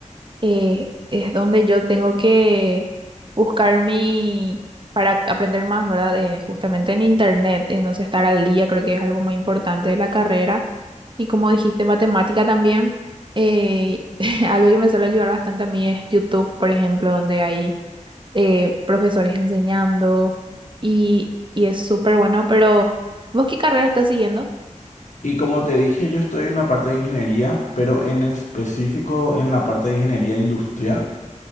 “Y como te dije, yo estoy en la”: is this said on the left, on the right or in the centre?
Left